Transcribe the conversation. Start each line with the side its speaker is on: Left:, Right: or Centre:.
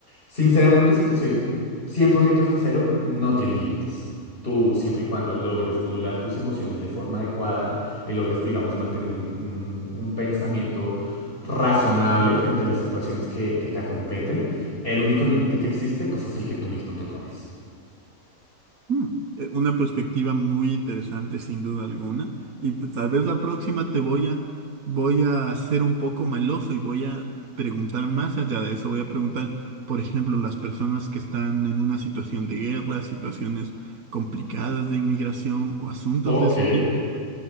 Left: Sinceramente, si te soy 100% sincero, no tiene límites. Tú, siempre y cuando logres modular tus emociones de forma adecuada y logres, digamos, mantener un, un- un pensamiento razonable frente a las situaciones que, que te acompeten, el único límite que existe, pues es el que tú mismo te pones.
Right: Mm, eh, Una perspectiva muy interesante, sin duda alguna. Y p- tal vez la próxima te voy a, voy a ser un poco maloso y voy a preguntar más allá de eso. Voy a preguntar, por ejemplo, las personas que están en una situación de guerra, situaciones complicadas de inmigración o asuntos
Left: Ok.
Right: de ese tipo,